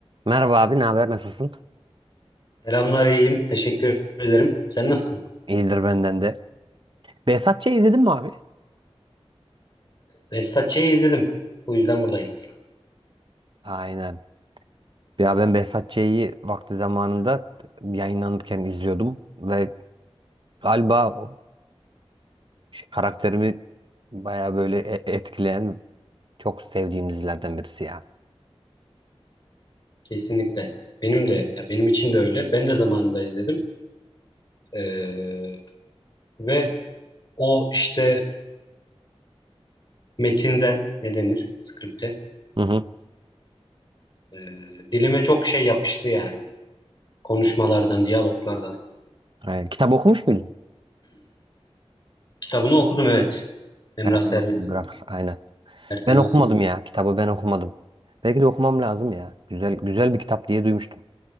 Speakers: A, on the right; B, on the left.
A: Merhaba abi, ne haber? Nasılsın?
B: Selamlar iyiyim. Teşekkür ederim. Sen nasılsın?
A: İyidir benden de. Behzat Ç'yi izledin mi abi?
B: Behzatçı'yı izledim. Bu yüzden buradayız.
A: Aynen. Ya ben Behzat vakti zamanında yayınlanırken izliyordum ve galiba o şey, karakterimi baya böyle e- etkileyen çok sevdiğim dizilerden birisi ya.
B: Kesinlikle. Benim de, ya benim için de öyle. Ben de zamanında izledim. Ee, ve o işte metinden ne denir? Skripte.
A: Hı hı.
B: Ee, dilime çok şey yapıştı yani. Konuşmalardan, diyaloglardan.
A: Aynen. Kitap okumuş muydun?
B: Kitabını okudum evet. Emrah
A: Her temassız
B: Servet'in
A: bırakır. Aynen.
B: Ertem
A: Ben okumadım
B: Aksız'ın.
A: ya. Kitabı ben okumadım. Belki de okumam lazım ya. Güzel güzel bir kitap diye duymuştum.